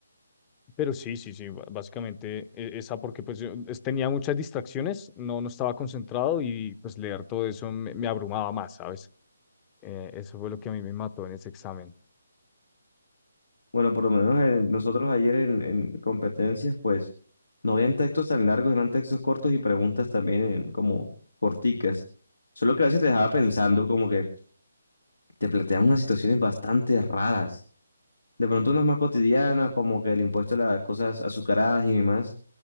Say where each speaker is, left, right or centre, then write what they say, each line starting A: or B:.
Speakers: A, on the left; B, on the left.
A: pero sí, sí, sí, ba- básicamente e- esa, porque pues yo es- tenía muchas distracciones, no, no estaba concentrado y pues leer todo eso me, me abrumaba más, ¿sabes? Eh, eso fue lo que a mí me mató en ese examen.
B: Bueno, por lo menos eh, nosotros ayer en, en competencias, pues no habían textos tan largos, eran textos cortos y preguntas también eh, como corticas. Solo que a veces te dejaba pensando como que... te plantean unas situaciones bastante raras. De pronto unas más cotidianas, como que el impuesto a las cosas azucaradas y demás,